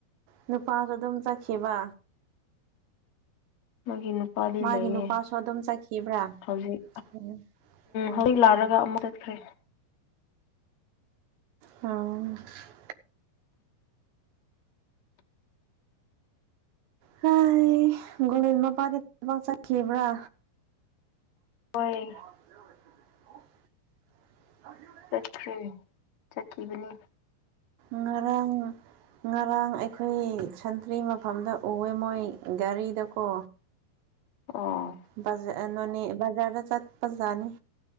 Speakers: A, on the right; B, on the left.
A: ꯅꯨꯄꯥꯖꯨ ꯑꯗꯨꯝ ꯆꯠꯈꯤꯕ
B: ꯃꯥꯒꯤꯅꯨ ꯄꯥꯥꯗꯤ
A: ꯃꯥꯒꯤ
B: ꯂꯩꯌꯦ
A: ꯅꯨꯄꯥꯁꯨ ꯑꯗꯨꯝ ꯆꯠꯈꯤꯕ꯭ꯔꯥ
B: ꯍꯧꯖꯤꯛ
A: ꯎꯝ ꯎꯝ
B: ꯍꯧꯖꯤꯛ <inaudible> ꯂꯥꯛꯔꯒ ꯑꯃꯨꯛ ꯆꯠꯈ꯭ꯔꯦ
A: ꯑ ꯍꯥꯏ ꯒꯣꯕꯤꯟ ꯃꯄꯥꯥꯗꯤ ꯊꯕꯛ ꯆꯠꯈꯤꯕ꯭ꯔꯥ
B: ꯑꯣꯏ
A: <inaudible> <inaudible>
B: ꯆꯠꯈ꯭ꯔꯦ ꯆꯠꯈꯤꯕꯅꯦ
A: ꯉꯥꯔꯥꯡ ꯉꯔꯥꯡ ꯑꯩꯈꯣꯏ ꯁꯟꯇ꯭ꯔꯤ ꯃꯐꯝꯗ ꯎꯑꯦ ꯃꯣꯏ ꯒꯥꯔꯤꯗꯀꯣ
B: ꯑꯣ
A: ꯕꯥꯖ ꯅꯣꯅꯦ ꯕꯖꯥꯔꯗ ꯆꯠꯄꯖꯥꯅꯤ